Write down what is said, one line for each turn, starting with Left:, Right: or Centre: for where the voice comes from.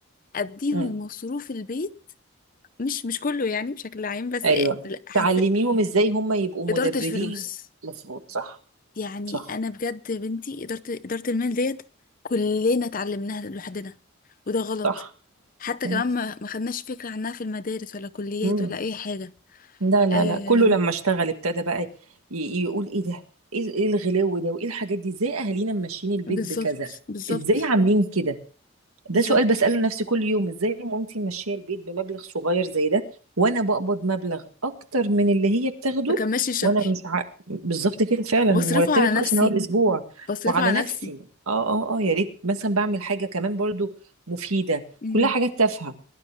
Left: اديهم
Right: مم.
Left: مصروف البيت مش مش كله يعني بشكل عام بس
Right: ايوه
Left: آه، لا، حس...
Right: تعلميهم ازاي هم يبقوا
Left: اداره
Right: مدبرين
Left: الفلوس
Right: مفروض صح
Left: يعني
Right: صح
Left: انا بجد بنتي اداره اداره المال ديت كلنا اتعلمناها لوحدنا وده غلط
Right: صح
Left: حتى
Right: مم.
Left: كمان ما ما خدناش فكره عنها في المدارس ولا كليات
Right: مم.
Left: ولا اي حاجه
Right: لا لا
Left: آم،
Right: لا كله لما اشتغل ابتدى بقى ي- يقول ايه ده ايه ال- إيه الغلو ده وايه الحاجات دي ازاي اهالينا ماشيين البيت
Left: بالظبط
Right: بكذا
Left: بالظبط
Right: ازاي عاملين كده ده
Left: بالظبط
Right: سؤال بسأله لنفسي كل يوم ازاي مامتي ماشيه البيت بمبلغ صغير زي ده وانا بقبض مبلغ اكتر من اللي هي بتاخده
Left: بكملش الشهر
Right: وانا مش ع... بالظبط كده فعلا
Left: وبصرفه
Right: مرتبي
Left: على
Right: خلص
Left: نفسي
Right: من اول اسبوع
Left: بصرفه
Right: وعلى
Left: على
Right: نفسي
Left: نفسي
Right: اه اه اه يا ريت مثلا بعمل حاجه كمان برضو مفيده
Left: مم.
Right: كلها حاجات تافهه